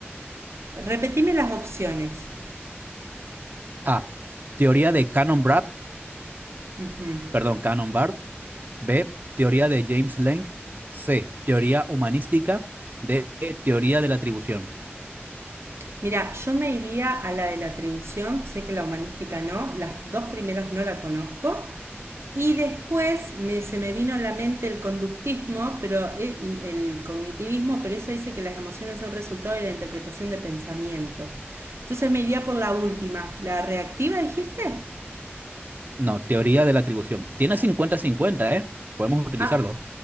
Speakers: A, on the right; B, on the right.
A: Repetime las opciones.
B: A. Teoría de cannon Barth.
A: Ujú.
B: Perdón, cannon Barth. B. Teoría de James Lane. C. Teoría humanística. D. Teoría de la atribución.
A: Mira, yo me iría a la de la atribución, sé que la humanística no, las dos primeras no la conozco, Y después me, se me vino a la mente el conductismo pero, eh, y el cognitivismo, pero eso dice que las emociones son resultado de la interpretación de pensamientos. Entonces me iría por la última, la reactiva, dijiste.
B: No, teoría de la atribución. Tiene cincuenta-cincuenta, ¿eh? Podemos utilizarlo.
A: Ah,